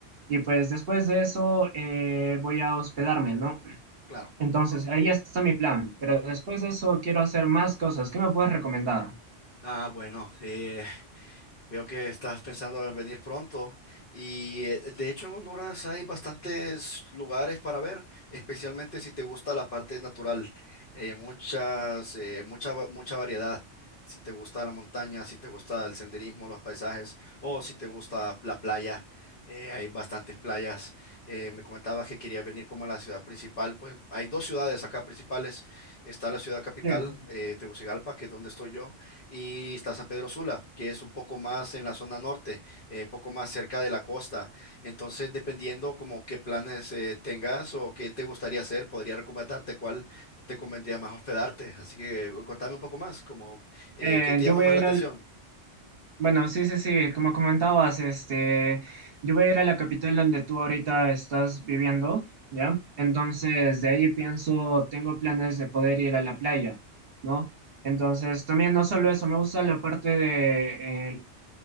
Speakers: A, on the right (about 55°); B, on the left (about 50°).
A: y pues después de eso eh, voy a hospedarme, ¿no?
B: claro.
A: Entonces, ahí está mi plan, pero después de eso quiero hacer más cosas. ¿Qué me puedes recomendar?
B: Ah, bueno, eh, Veo que estás pensando en venir pronto y eh, de hecho en Honduras hay bastantes lugares para ver, especialmente si te gusta la parte natural, Eh, muchas, eh, mucha, va- mucha variedad. Si te gusta la montaña, si te gusta el senderismo, los paisajes o si te gusta la playa, eh, hay bastantes playas. Eh, me comentabas que querías venir como a la ciudad principal, pues hay dos ciudades acá principales. Está la ciudad capital,
A: Sí, sí, sí.
B: eh, Tegucigalpa, que es donde estoy yo y está San Pedro Sula, que es un poco más en la zona norte, eh, poco más cerca de la costa. Entonces, dependiendo como qué planes eh, tengas o qué te gustaría hacer, podría recomendarte cuál te convendría más hospedarte. Así que eh, contame un poco más, como eh,
A: Eh,
B: qué te llama
A: yo voy
B: más
A: a
B: la
A: ir
B: atención.
A: al Bueno, sí, sí, sí, como comentabas, este, yo voy a ir a la capital donde tú ahorita estás viviendo, ¿ya? Entonces, de ahí pienso, tengo planes de poder ir a la playa, ¿no? Entonces, también no solo eso, me gusta la parte de eh,